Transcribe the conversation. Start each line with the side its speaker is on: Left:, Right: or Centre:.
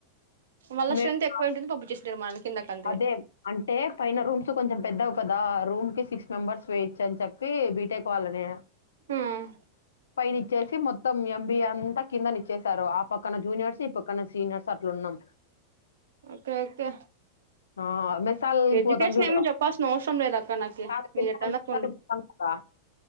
Right: మళ్ళ
Left: మే
Right: స్ట్రెంత్ ఎక్కువ
Left: మా
Right: ఉంటుంది పంపించేసింటారు మనల్ని కిందకి అంతగా
Left: అదే అంటే పైన రూమ్స్ కొంచెం పెద్ద వి కదా రూమ్ కి సిక్స్ మెంబర్స్ వేయచ్చు అని చెప్పి బీటెక్ వాళ్ళని
Right: ఉమ్
Left: పైన ఇచ్చేసి మొత్తం ఎంబిఏ అంతా కింద నా ఇచ్చేశారు ఆ పక్కన జూనియర్స్ ఈ పక్కన సీనియర్స్ అట్లున్నాం
Right: ఓకే ఓకే
Left: ఆ మెసాల్
Right: ఎడ్యుకేషన్
Left: పోతాం చూడు
Right: ఏమి చెప్పాల్సిన అవసరం లేదు అక్క నాకి
Left: చాలా కింద
Right: మీరు ఎట్లా అయినా
Left: మిగతాలు
Right: పోండి
Left: పోతాం కదా